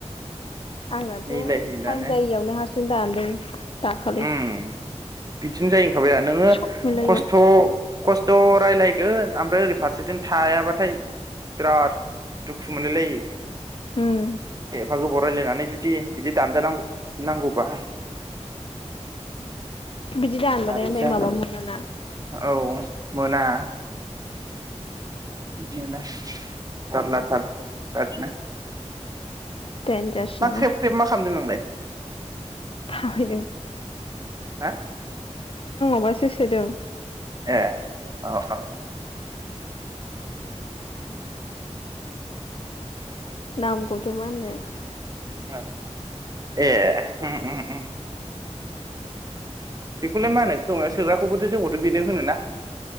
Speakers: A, on the left (about 50°); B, on the right (about 30°).
A: आंनाथ'
B: मिलायहैलानो
A: टाइम जायैयावनो हारसिं दानदों दाखालि।
B: उम बिदिनो जायो थाबाया नोङो
A: सब मिलायियाव
B: खस्थ' खस्थ' रायलायगोन ओमफ्राय ओरै फारसेथि थायाबाथाय बिराद दुखु मोनलायलायो
A: उम
B: एफा गोबाव रायलायनानै जुदि बिदि दानजा नांगौ नांगौबा।
A: बिदि दानबथाय
B: मारै
A: ओमफ्राय
B: जागोन
A: माबा मोनोना
B: औ मोना। <inaudible> जारलाथार बिराथनो।
A: देनजारसो
B: मा
A: नामा
B: ख्रेब ख्रेब मा खालामदों नोंलाय?
A: थाबायदों।
B: हा?
A: माबा सो सोदों
B: ए औ औ।
A: नामखौथ' मा होननो।
B: औ ए। उम उम। बेखौलाय मा होनो खोमाया सोग्राखौबोथ' जोंखौथ' बेनो होनोना